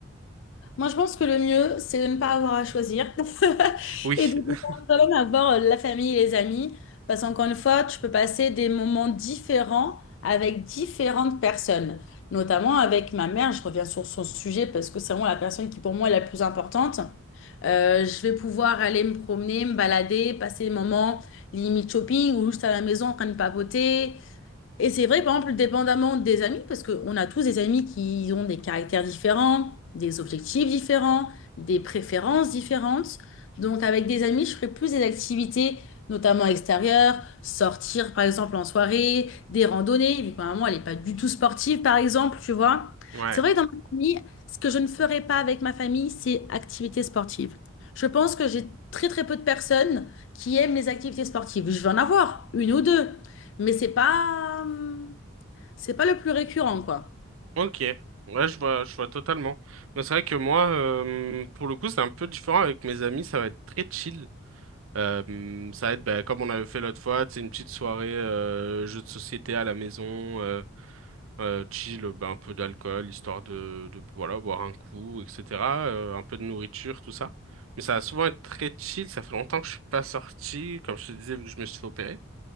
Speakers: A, on the left; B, on the right.
A: Moi, je pense que le mieux, c'est de ne pas avoir à choisir <laughs>
B: Oui,
A: et de pouvoir
B: <laughs>
A: quand même avoir euh, la famille et les amis. Parce qu'encore une fois, tu peux passer des moments différents avec différentes personnes. Notamment avec ma mère, je reviens sur son sujet parce que c'est vraiment la personne qui pour moi est la plus importante. Euh, je vais pouvoir aller me me promener, me balader, passer des moments limite shopping ou juste à la maison en train de papoter. Et c'est vrai, par exemple, dépendamment des amis, parce qu'on a tous des amis qui ont des caractères différents, des objectifs différents, des préférences différentes. Donc, avec des amis, je ferai plus des activités, notamment extérieures, sortir, par exemple, en soirée, des randonnées, vu que ma maman, elle n'est pas du tout sportive, par exemple, tu vois.
B: ouais.
A: C'est vrai que dans ma famille, ce que je ne ferai pas avec ma famille, c'est activités sportives. Je pense que j'ai très, très peu de personnes qui aiment les activités sportives. Je vais en avoir une ou deux. Mais c'est pas, hum, c'est pas le plus récurrent, quoi.
B: Ok, ouais, je vois, je vois totalement. Mais c'est vrai que moi, euh, pour le coup, c'est un peu différent avec mes amis, ça va être très chill. Euh, ça va être bah, comme on avait fait l'autre fois, c'est une petite soirée euh, jeu de société à la maison, euh, euh, chill, bah, un peu d'alcool, histoire de, de voilà, boire un coup, etc. euh, un peu de nourriture, tout ça. Mais ça va souvent être très chill, ça fait longtemps que je suis pas sorti, comme je te disais, vu que je me suis fait opérer.